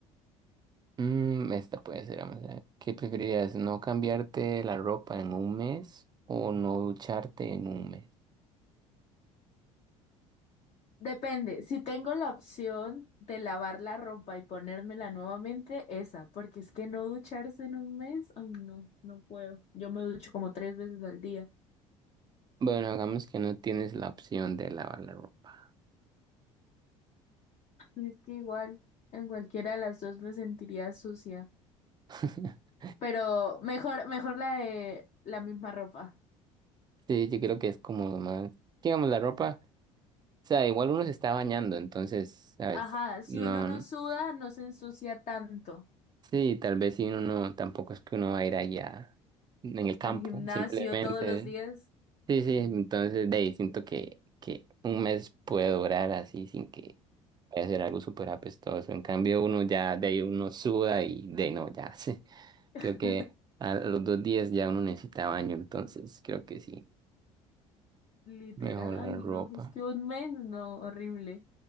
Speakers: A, on the right; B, on the left.
A: Mm, esta puede ser, vamos a ver. ¿Qué preferirías? ¿No cambiarte la ropa en un mes o no ducharte en un mes?
B: Depende, si tengo la opción de lavar la ropa y ponérmela nuevamente, esa, porque es que no ducharse en un mes, ay no, no puedo. Yo me ducho como tres veces al día.
A: Bueno, hagamos que no tienes la opción de lavar la ropa.
B: Y es que igual, en cualquiera de las dos me sentiría sucia.
A: <laughs>
B: Pero mejor, mejor la de la misma ropa.
A: Sí, yo creo que es como más. Digamos, la ropa, o sea, igual uno se está bañando, entonces, ¿sabes?
B: Ajá, si
A: No,
B: uno no suda, no se ensucia tanto.
A: sí, tal vez si uno no, tampoco es que uno va a ir allá en el campo,
B: Al gimnasio
A: simplemente.
B: todos los días.
A: Sí, sí, entonces de ahí siento que, que un mes puede durar así sin que vaya a ser algo súper apestoso. En cambio, uno ya de ahí uno suda y de ahí no, ya <laughs> sí.
B: <laughs>
A: Creo que a los dos días ya uno necesita baño, entonces creo que sí.
B: Literal,
A: Mejor
B: ay
A: la ropa.
B: no, es que un mes, no, horrible.